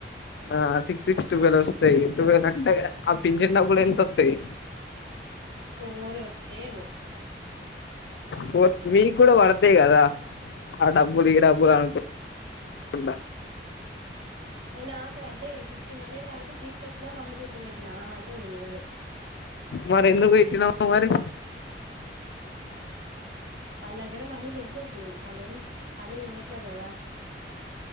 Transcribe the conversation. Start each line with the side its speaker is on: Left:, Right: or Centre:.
Left: ఆహ్ సిక్స్ సిక్స్ టువెలొస్తయ్ టువెలంటే ఆ పించిన్ డబ్బులు ఎంతొత్తయ్.
Right: ఫోర్ ఒత్తయేమో.
Left: ఫోర్ మీకు కూడా పడ్తయి కదా ఆ డబ్బులు ఈ డబ్బులనుకుంట. ఉండ
Right: ఎ నాకు వడ్డయ్ నాకు ఫిఫ్టీన్ హండ్రెడ్ వడ్తే తీసుకొచ్చిన మమ్మీ చేత్ల పెట్టినా ఆమె అటే పోయిందింగ మరి
Left: మరి ఎందుకు వెట్టినవ్ మరి
Right: వాళ్ళ దగ్గర మనీ లేవ్వు ఇప్పుడు వాళ్ళేం పనీ చేయట్లేరు కదా!